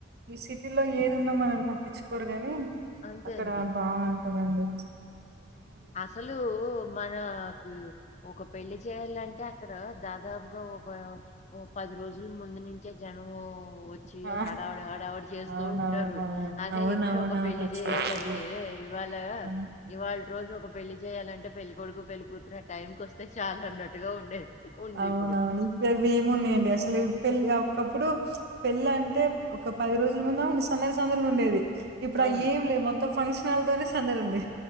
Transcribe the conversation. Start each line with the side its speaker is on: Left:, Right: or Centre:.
Right: ఈ సిటీలో ఏది ఉన్నా మనల్ని పట్టించుకోరు గని,
Left: అంతే.
Right: అక్కడ
Left: అంతే.
Right: బా సరే అండి.
Left: అసలు మనకి ఒక పెళ్లి చేయాలంటే అక్కడ దాదాపుగా ఒక పది రోజుల ముందు నుంచే జనంము వచ్చి
Right: ఆ
Left: హడావడి హడావడి చేస్తూ
Right: అవునవునవును.
Left: ఉంటారు అదే
Right: అవునవునవును
Left: ఇక్కడ ఒక పెళ్లి
Right: అసలు
Left: చేయాలంటే
Right: అది
Left: ఇవాళ
Right: అవును.
Left: ఇవాళ రోజు ఒక పెళ్లి చేయాలంటే పెళ్లి కొడుకు పెళ్లి కూతురు ఆ టైంకి వస్తే చాలు అన్నట్టుగా ఉండేది ఉందిప్పుడు.
Right: అవునవును ఇప్పుడు అవి ఏమున్నాయండి అసలు పెళ్ళి ఒకప్పుడు పెళ్ళి అంటే ఒక పది రోజుల ముంద సందడి సందడిగా ఉండేది ఇప్పుడు
Left: అవును.
Right: అవి ఏం లేదు మొత్తం ఫంక్షన్ హాల్తోనే సందడింది